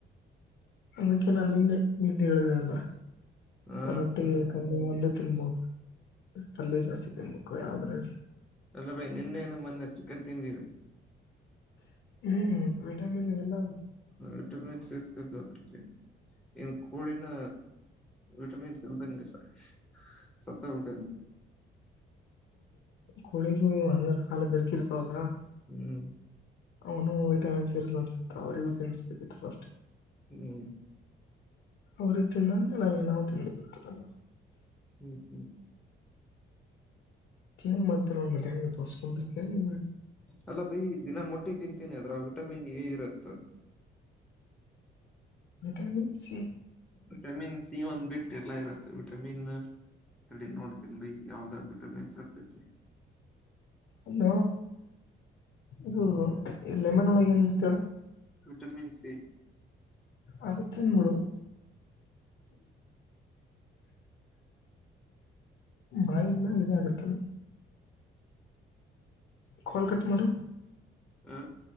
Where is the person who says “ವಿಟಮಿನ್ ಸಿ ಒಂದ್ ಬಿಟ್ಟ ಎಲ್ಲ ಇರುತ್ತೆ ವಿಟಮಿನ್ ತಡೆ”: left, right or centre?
Centre